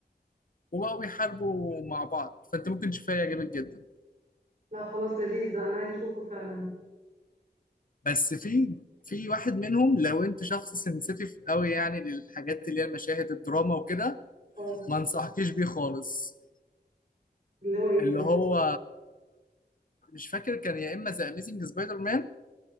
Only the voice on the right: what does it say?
لا خلاص لذيذ ده انا عايزة اشوفه فعلا
اه
اللي هو ايه
طيب